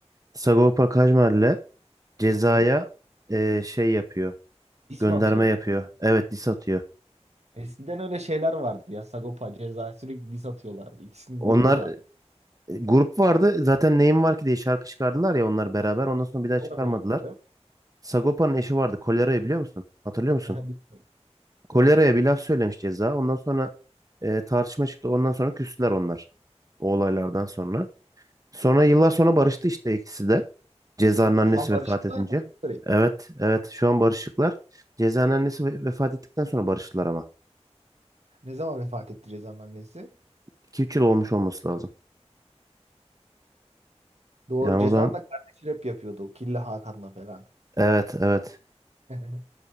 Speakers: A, on the right; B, on the right.
A: Sagopa Kajmer'le Ceza'ya
B: Hı hı.
A: eee, şey yapıyor.
B: ismi
A: Gönderme
B: atıyor.
A: yapıyor. Evet diss atıyor.
B: Eskiden öyle şeyler vardı ya. Sagopa, Ceza sürekli diss atıyorlardı. İkisinin
A: Onlar
B: grubu vardı.
A: e, grup vardı. Zaten neyim var ki diye şarkı çıkardılar ya onlar beraber. Ondan sonra bir daha çıkarmadılar.
B: Sonra bozuldu değil mi?
A: Sagopa'nın eşi vardı. Kolera'yı biliyor musun? Hatırlıyor musun?
B: Aha, bilmiyorum.
A: Kolera'ya bir laf söylemiş ceza. Ondan sonra e, tartışma çıktı. Ondan sonra küstüler onlar. O olaylardan sonra. Sonra yıllar sonra barıştı işte ikisi de. Ceza'nın annesi
B: Şu an barışıklar
A: vefat edince.
B: mı? Çok garip.
A: Evet, evet. Şu an barışıklar. Ceza'nın annesi ve- vefat ettikten sonra barıştılar ama.
B: Ne zaman vefat etti Ceza'nın annesi?
A: 2-3 yıl olmuş olması lazım.
B: Doğru
A: Yani
B: Ceza'nın
A: o zaman
B: da kardeşi rap yapıyordu. Killa Hakan'la falan.
A: evet, evet.
B: <laughs>